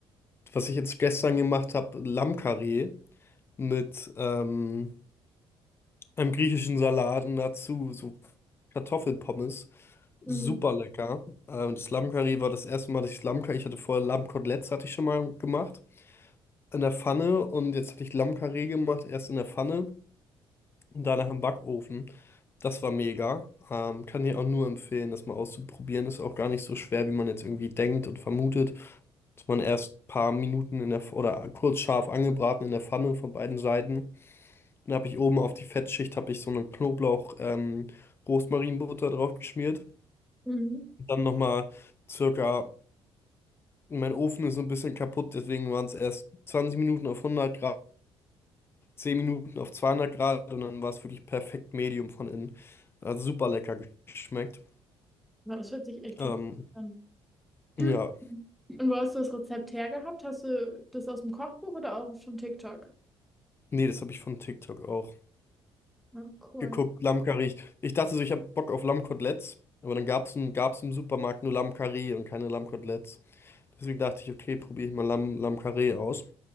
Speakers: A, on the left (about 25°); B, in the centre.
A: Was ich jetzt gestern gemacht habe, Lammkarree mit ähm, einem griechischen Salat und dazu so Kartoffelpommes. Super
B: Mhm.
A: lecker. Ähm, das Lammkarree war das erste Mal, dass ich Lammkarree, ich hatte vorher Lammkoteletts, hatte ich schon mal gemacht. in der Pfanne und jetzt hatte ich Lammkarree gemacht, erst in der Pfanne und danach im Backofen. Das war mega. Ähm, kann ich auch nur empfehlen, das mal auszuprobieren. Ist auch gar nicht so schwer, wie man jetzt irgendwie denkt und vermutet. Dass man erst ein paar Minuten in der, Pf- oder kurz scharf angebraten in der Pfanne von beiden Seiten. Dann habe ich oben auf die Fettschicht habe ich so eine Knoblauch, ähm, Rosmarinbutter drauf geschmiert.
B: Mhm.
A: Und dann nochmal circa, mein Ofen ist so ein bisschen kaputt, deswegen waren es erst 20 Minuten auf 100 Grad. 10 Minuten auf 200 Grad und dann war es wirklich perfekt Medium von innen. Hat super lecker geschmeckt.
B: Ja, das hört sich echt
A: Ähm,
B: richtig an.
A: ja,
B: <clears throat> Und wo hast du das Rezept hergehabt? Hast du das aus dem Kochbuch oder auch von TikTok?
A: nee, das habe ich von TikTok auch
B: Ja, cool.
A: geguckt. Lammkarree. Ich, ich dachte so, ich habe Bock auf Lammkoteletts, aber dann gab es im, gab's im Supermarkt nur Lammkarree und keine Lammkoteletts. Deswegen dachte ich, okay, probiere ich mal Lamm, Lammkarree aus.